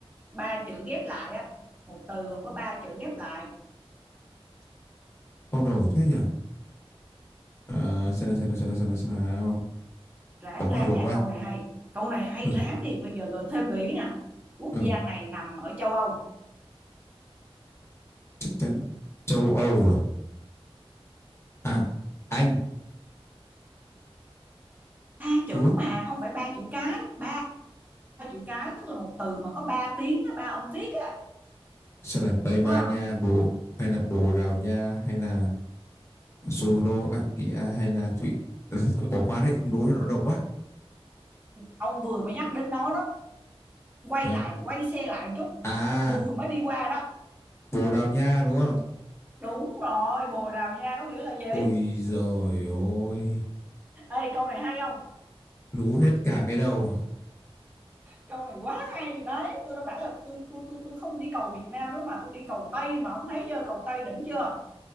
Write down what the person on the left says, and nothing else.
ông đầu thế nhỉ à, xem nào xem nào xem nào xem nào xem nào
bỏ qua
bỏ
qua
ừ,
ừ,
chắc chắn châu Âu à à Anh
đúng không
sẽ là Tây
Ban
Nha Bồ hay là Bồ Đào Nha hay là Slovakia hay là Thụy <laughs> bỏ qua đấy không đúng nó đầu quá
hả
à
Bồ Đào Nha đúng không
ôi rồi ôi
lú hết cả cái đầu